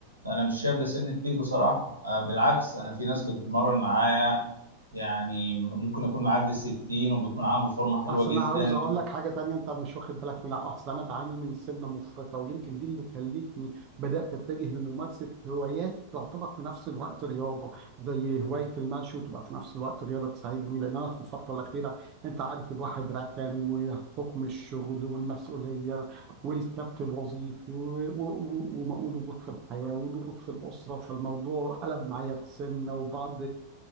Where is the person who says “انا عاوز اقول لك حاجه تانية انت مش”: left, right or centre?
Right